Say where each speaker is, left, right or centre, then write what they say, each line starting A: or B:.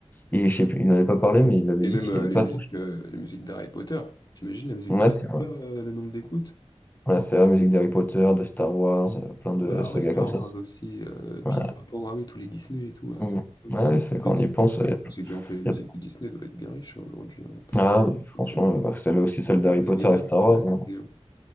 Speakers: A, on the left; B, on the left.
A: et je sais plus, il n'en avait pas parlé, mais il avait
B: Et
A: dit
B: même
A: qu'il
B: euh,
A: n'avait
B: les
A: pas.
B: musiques, euh, les musiques d'Harry Potter. T'imagines la musique
A: Ouais,
B: d'Harry
A: c'est vrai.
B: Potter, euh, le nombre d'écoutes?
A: Ouais, c'est vrai, musique d'Harry Potter, de Star Wars, euh, plein de
B: Ouais, ah
A: sagas
B: oui, Star
A: comme ça.
B: Wars
A: c'est-
B: aussi, euh,
A: Ouais,
B: Peter Pan, ah oui, tous les Disney et tout, ah ouais,
A: Mm.
B: ça, c'est dingue,
A: Ouais,
B: ça,
A: c'est quand
B: le Disney.
A: on y pense. euh,
B: Enfin, Ceux qui ont fait les musiques
A: y a-
B: de Disney doivent être bien riches hein, aujourd'hui, hein, parce
A: Ah,
B: que
A: oui, franchement,
B: enfin, ça,
A: euh, bah, celle aussi, celle
B: ça pèse
A: d'Harry
B: des
A: Potter
B: milliards,
A: et Star
B: euh,
A: Wars. hein.
B: Disney, hein.